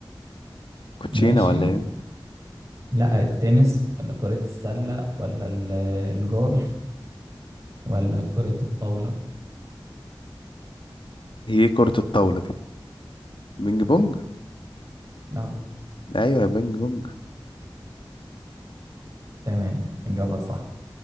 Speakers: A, on the left (about 70°); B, on the right (about 35°).
A: كوتشينه
B: ماشي
A: ولا ايه
B: لا التنس ولا كرة السلة ولا ال- الجولف ولا كرة الطاولة
A: هي كرة الطاولة دي بينج بونج
B: اه
A: ايوه يا بينج بونج
B: تمام إجابة صح